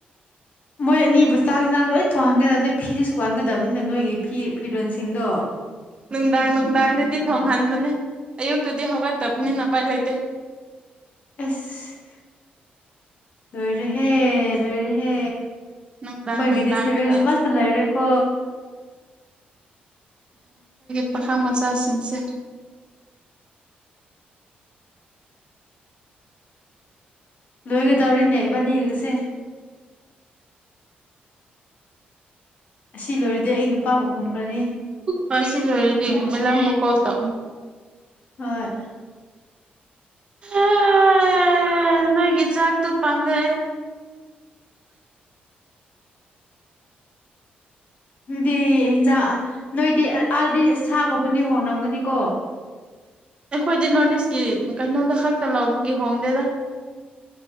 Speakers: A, on the left; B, on the right.
A: ꯃꯣꯏ ꯑꯅꯤꯕꯨ ꯆꯥꯁꯤꯅ ꯂꯣꯏꯅ ꯊꯣꯡꯍꯟꯒꯗꯕ ꯅ ꯐꯤꯗ ꯁꯨꯍꯟꯒꯗꯕꯅꯤꯅ ꯅꯣꯏꯒꯤ ꯐꯤ ꯐꯤꯔꯣꯜꯁꯤꯡꯗꯣ
B: ꯅꯨꯡꯗꯥꯡ ꯅꯨꯡꯗꯥꯡꯗꯗꯤ ꯊꯣꯡꯍꯟꯕꯅꯦ ꯑꯌꯨꯛꯇꯗꯤ ꯍꯧꯒꯠꯇꯕꯅꯤꯅꯄꯥꯏ ꯂꯩꯇꯦ
A: ꯑꯦꯁ ꯅꯣꯏꯔ ꯍꯦ ꯂꯣꯏꯔꯦꯍꯦ
B: ꯅꯨꯡꯗꯥꯡ
A: ꯃꯣꯏꯒꯤꯗꯤ
B: ꯅꯨꯡꯗꯥꯡꯗꯗꯤ
A: ꯁꯦꯕꯦꯡ ꯑꯃꯁꯨ ꯂꯩꯔꯣꯏꯀꯣ
B: ꯄꯥꯈꯥ ꯃꯆꯥꯁꯁꯦ
A: ꯂꯣꯏꯒꯗꯧꯔꯤꯅꯦ ꯏꯕꯅꯦꯒꯁꯦ ꯑꯁꯤ ꯂꯣꯏꯔꯗꯤ ꯑꯩ ꯅꯨꯄꯥꯕꯨ ꯈꯨꯝꯈ꯭ꯔꯅꯤ
B: ꯐꯁꯤꯂꯗꯤ ꯂꯝꯝꯕ ꯀꯣ ꯇ
A: ꯑꯣꯏ
B: ꯑꯦ ꯅꯣꯏ ꯀꯩꯖꯥꯛꯇ ꯄꯥꯥꯟꯗꯦ
A: ꯑꯗꯨꯗꯤ ꯏꯟꯖꯥꯡ ꯅꯣꯏꯗꯤ ꯑꯥꯗꯤ ꯁꯥꯒꯨꯝꯕꯨꯗꯤ ꯍꯣꯡꯔꯝꯒꯅꯤꯀꯣ
B: ꯑꯩꯈꯣꯏꯗꯤ ꯅꯣꯔꯠ ꯏꯁꯀꯤ ꯀꯩꯅꯣꯗ ꯈꯛꯇ ꯂꯧꯕꯒꯤ ꯍꯣꯡꯗꯦꯗ